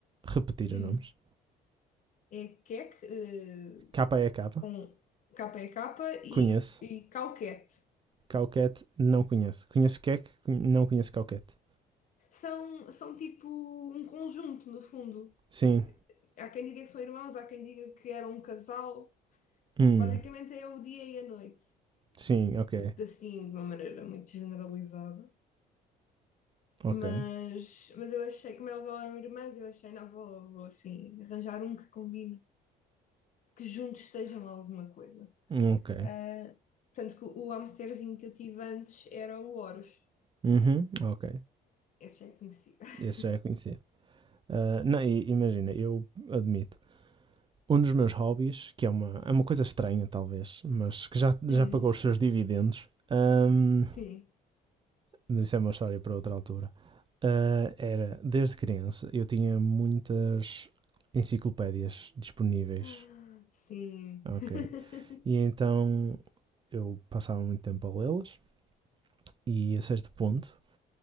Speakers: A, on the right (about 30°); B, on the left (about 50°).
A: repetir
B: hum,
A: os nomes?
B: é queque, eh,
A: Capa é capa,
B: com KPK e,
A: conheço.
B: e cauquete.
A: Cauquete, não conheço. Conheço Kek, não conheço Cauquete.
B: São, são tipo um conjunto, no fundo.
A: Sim,
B: Há quem diga que são irmãos, há quem diga que eram um casal.
A: hum,
B: Basicamente é o dia e a noite,
A: sim,
B: de,
A: ok,
B: de- assim, de uma maneira muito generalizada.
A: ok,
B: Mas, mas eu achei, como elas eram irmãs, eu achei, não, vou, vou assim, arranjar um que combine, que juntos estejam alguma coisa.
A: ok.
B: Ah, tanto que o hamsterzinho que eu tive antes era o Horus.
A: Uhum, ok.
B: Esse já é conhecido. <laughs>
A: Esse já é conhecido. Ah, não, e- imagina, eu admito. Um dos meus hobbies, que é uma, é uma coisa estranha talvez, mas que já, já
B: Hum,
A: pagou os seus dividendos, ahm,
B: sim.
A: mas isso é uma história para outra altura. Ah, era, desde criança, eu tinha muitas enciclopédias disponíveis,
B: Ah, Sim.
A: ok?
B: <laughs>
A: E então eu passava muito tempo a lê-las e a certo ponto